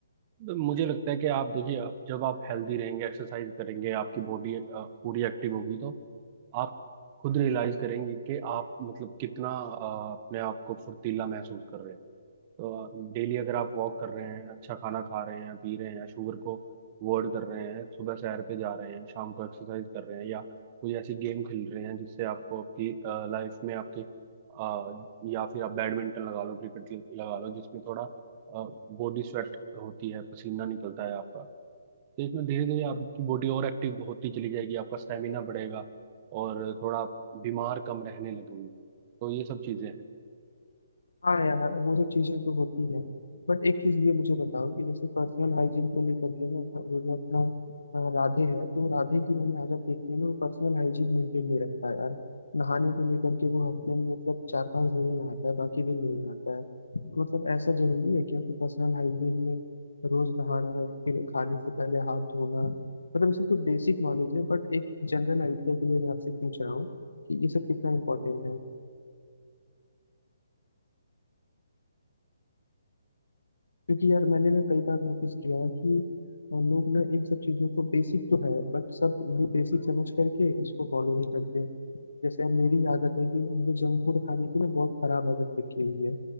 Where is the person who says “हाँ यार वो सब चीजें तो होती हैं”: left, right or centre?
Left